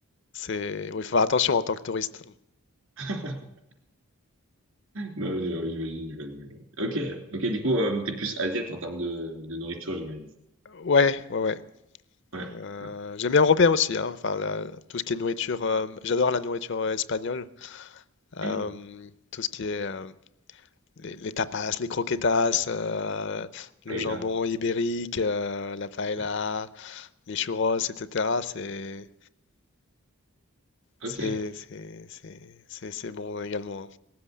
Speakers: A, on the left; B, on the right.
A: c'est oui, il faut faire attention en tant que touriste.
B: <laughs> Non, j'- ouais, j'imagine, j'imagine. Ok, ok. Du coup, euh, t'es plus asiate en termes de, de nourriture, j'imagine.
A: Ouais, ouais, ouais.
B: Ouais.
A: Euh,
B: ouais.
A: j'aime bien européen aussi, hein. Enfin, la- tout ce qui est nourriture, euh, j'adore la nourriture euh, espagnole, Euh,
B: Hmm.
A: tout ce qui est euh, les, les tapas, les croquetas, euh, le
B: Paella.
A: jambon ibérique, euh, la paella,
B: Ouais.
A: les churros, etc. C'est
B: Ok.
A: c'est
B: Ouais.
A: c'est- c'est- c'est- c'est bon également. hein.